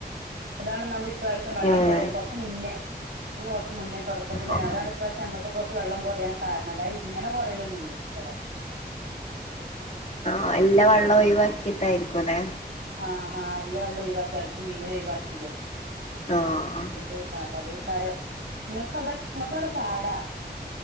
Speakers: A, on the right (about 80°); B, on the left (about 45°).
A: അതാണ് നമ്മള് ഇപ്രാവശ്യം വെള്ളം
B: ഏഹ്
A: കുറയും കുറച്ച മുന്നേ കുറച്ച് മുന്നേ തുടക്കത്തില്ലന്ന
B: ആഹ്
A: അതാണ് ഇപ്രശ്യം ഞങ്ങക്ക് കുറച്ച് വെള്ളം കുറയാൻ കാരണം അല്ല ഇങ്ങനെ കുറയല്ലൊന്നുല്ല വടെ
B: ആഹ് എല്ലാ വെള്ളം ഒഴിവാക്കിയിട്ടായിരിക്കുല്ലെ
A: ആഹ് ആഹ് എല്ലാ വള്ളം ഒഴിവാക്കി അടിച്ച് മുയവന ഒയ്വാക്കിയില്ലേ
B: ആഹ് ആഹ്
A: ട്ട അപ്പ അതേക്കാരം നിങ്ങൾക്ക് അവിടെ നിങ്ങുടെ അവിടെ പാടാ